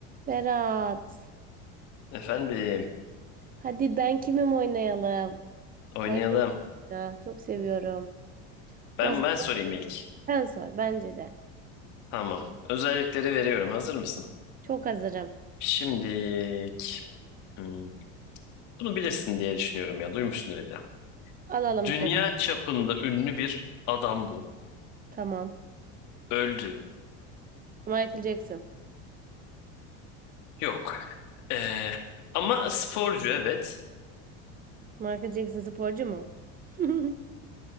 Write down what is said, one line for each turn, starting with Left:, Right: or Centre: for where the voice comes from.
Right: Berat.
Left: Efendim,
Right: Hadi ben kimim oynayalım.
Left: oynayalım.
Right: Bayılıyorum oyuna. Çok seviyorum.
Left: Ben
Right: O zaman
Left: ben sorayım ilk.
Right: sen sor bence de.
Left: Tamam. Özellikleri veriyorum. Hazır mısın?
Right: Çok hazırım.
Left: Şimdilik. hmm, bunu bilirsin diye düşünüyorum ya. Duymuşsundur illa.
Right: Alalım
Left: Dünya
Right: soru.
Left: çapında ünlü bir adam bu.
Right: Tamam.
Left: Öldü.
Right: Michael Jackson.
Left: Yok. Ee, ama sporcu evet.
Right: Michael Jackson sporcu mu? <laughs>